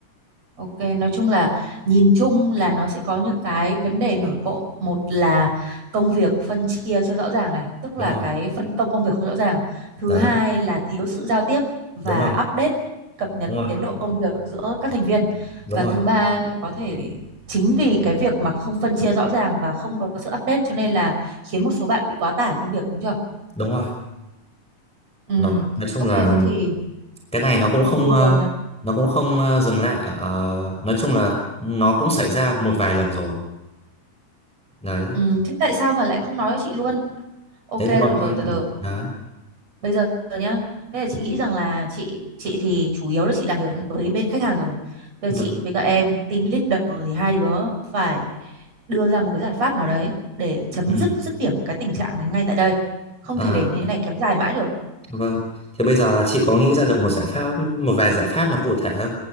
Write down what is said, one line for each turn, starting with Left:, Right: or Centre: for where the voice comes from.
Right: ok. Nói chung là nhìn chung là nó sẽ có những cái vấn đề nổi cộm. Một là công việc phân chia chưa rõ ràng này, tức
Centre: đúng
Right: là
Centre: rồi
Right: cái phân công công việc không rõ ràng. Thứ
Centre: đấy
Right: hai là thiếu sự giao tiếp và
Centre: đúng rồi
Right: update cập nhật
Centre: đúng rồi
Right: tiến độ công việc giữa các thành viên.
Centre: đúng
Right: Và
Centre: rồi
Right: thứ ba có thể chính vì cái việc mà không phân chia rõ ràng và không có sự update cho nên là khiến một số bạn bị quá tải công việc đúng chưa?
Centre: đúng rồi
Right: Ừ.
Centre: đó nói chung
Right: Ok
Centre: là
Right: thế thì
Centre: cái này nó cũng
Right: thế
Centre: không
Right: thì bây
Centre: ờ,
Right: giờ nhá
Centre: nó cũng không ờ, dừng lại ở ờ, nói chung là nó cũng xảy ra một vài lần rồi đấy
Right: Ừ, thế tại sao mà lại không nói với chị luôn? Ok
Centre: đấy
Right: được
Centre: thì bọn
Right: rồi
Centre: em
Right: từ từ.
Centre: đấy
Right: Bây giờ nhá. Thế là chị nghĩ rằng là chị chị thì chủ yếu là chị làm việc với bên khách hàng rồi. Bây
Centre: vâng
Right: giờ chị với các em team leader thì hai đứa phải đưa ra một cái giải pháp nào đấy để chấm
Centre: ừ.
Right: dứt dứt điểm cái tình trạng này ngay tại đây. Không
Centre: À,
Right: thể để như thế này kéo dài mãi được.
Centre: Vâng, thì bây giờ chị có nghĩ ra được một giải pháp, một vài giải pháp nào cụ thể không?